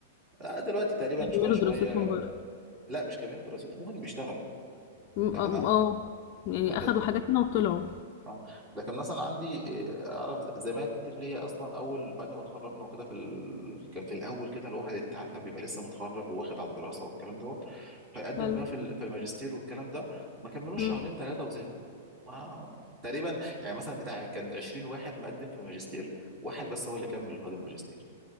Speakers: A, on the right; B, on the left.
A: لا دلوقتي تقريبا
B: كملوا
A: شوية شوية
B: دراستهم بره
A: لا مش كاملين دراسته ممكن بيشتغلوا
B: م-
A: لكن
B: اه
A: آه،
B: آه. يعني
A: لكن
B: اخدوا حاجات هنا وطلعوا
A: اه لكن مثلا عندي آه، اعرف زمايل كتير ليا اصلا اول بعد ما اتخرجنا وكده في ال... كان في الاول كده الواحد انت عارفه بيبقى لسه متخرج وواخد على الدراسه والكلام دوت فيقدم
B: حلو
A: بقى في ال- في الماجستير والكلام ده ما كملوش
B: مم.
A: شهرين ثلاثه وزهقوا ما تقريبا يعني مثلا بتاع كان 20 واحد مقدم في الماجستير واحد بس هو اللي كمل خد الماجستير